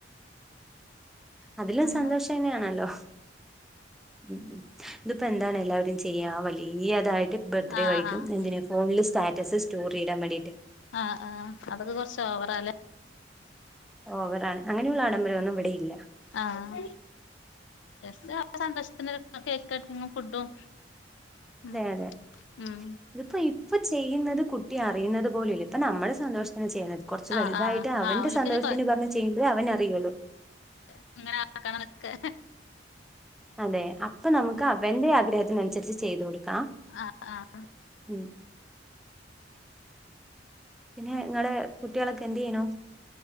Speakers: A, in the centre; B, on the left (about 85°).
A: അതിലും
B: അങ്ങനെ
A: സന്തോഷം തന്നെയാണല്ലോ ഉം ഉം ഇതിപ്പോ എന്താണ് എല്ലാവരും ചെയ്യാ വലിയതായിട്ട് ബർത്ത് ഡേ
B: ആഹ്
A: കഴിക്കും
B: ആഹ്
A: എന്തിനന് ഫോണില് സ്റ്റാറ്റസ് സ്റ്റോർ ചെയ്ടാൻ വേണ്ടിയിട്ട്
B: ആഹ ആഹ അതൊക്കെ കൊറച്ച് ഓവറ അല്ലേ
A: ഓ അവറാണ് അങ്ങനെയുള്ള ആഡംബരം ഒന്നും ഇവിടെയില്ല
B: ആഹ ജസ് സന്തോഷത്തിന് കേക്കും ഫുഡും ഉം
A: അതെ അതെ
B: ഉം
A: ഇതിപ്പോ ഇപ്പൊ ചെയ്യുന്നത് കുട്ടി അറിയുന്നത് പോലല്ല അപ്പൊ നമ്മുടെ സന്തോഷത്തിന്നെ ചെയ്യുന്നത്ത് കുറച്ച് വലുതായിട്ട്
B: ആഹ് ആഹ്
A: അവൻന്റെ
B: ആഹ് ഓല്ക്കിനി
A: സന്തോഷത്തിന് പറഞ്ഞ് ചെയ്യുമ്പോേ അവനറിയുള്ളു
B: ആ ആ കണക്ക്
A: അതെ അപ്പൊ നമുക്ക് അവ എന്റെ ആഗ്രഹത്തിന അനുസരിച്ച് ചെയ്തു കൊടുക്കാം
B: ആഹ് ആഹ്
A: ഉം പിന്നെ നിങ്ങളടെ കുട്ടികളൊക്കെ എന്ത് ചെയ്യണോ